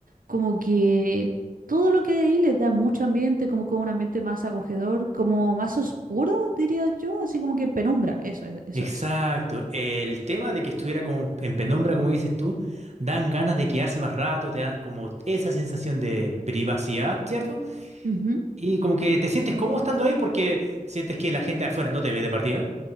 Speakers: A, on the right; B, on the right.
A: como que todo lo que hay ahí les da mucho ambiente, como con un ambiente más acogedor, como más oscuro, diría yo, así como que penumbra, eso es, eso
B: Exacto.
A: es.
B: El tema de que estuviera como en penumbra, como dices tú, dan ganas de quedarse más rato, te dan como esa sensación de privacidad, ¿cierto?
A: Ujú, ujú.
B: Y como que te sientes cómodo estando ahí porque sientes que la gente de afuera no te ve de partida.